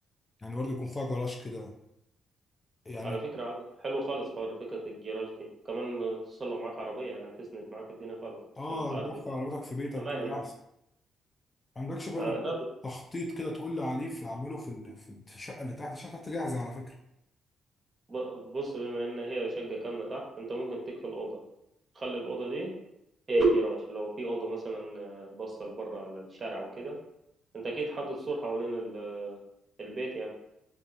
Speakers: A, on the left (about 25°); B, on the right (about 30°).
A: يعني برضو يكون فيها جراج كده يعني
B: على فكرة عاد- حلو خالص حوار فكرة الجراج دي كمان خصوصا لو معاك عربية يعني هتسند معاك الدنيا خالص
A: اه
B: عشان انت عارف
A: تدخل
B: الدنيا
A: عربيتك في بيتك
B: امان
A: كده
B: يعني
A: احسن ما عندكش برضو
B: آه
A: حاجه
B: لا بت-
A: تخطيط كده تقول لي عليه في اعمله في ال- في الشقه اللي تحت الشقه اللي تحت جاهزه على فكره
B: ب- بص بما ان هي شقة كاملة تحت انت ممكن تكفي الأوضة تخلي الأوضة دي هي الجراج لو في أوضة مثلا آه، باصة لبره على الشارع وكده انت اكيد حاطط سور حوالين ال- البيت يعني